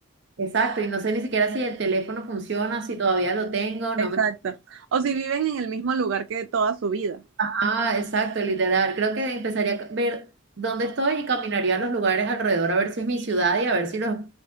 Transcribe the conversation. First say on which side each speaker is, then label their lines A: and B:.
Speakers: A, on the right; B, on the right.
A: Exacto, y no sé ni siquiera si el teléfono funciona, si todavía lo tengo, no
B: exacto.
A: me...
B: O si viven en el mismo lugar que toda su vida.
A: Ah, exacto, literal. Creo que empezaría a ver dónde estoy y caminaría a los lugares alrededor a ver si es mi ciudad y a ver si los,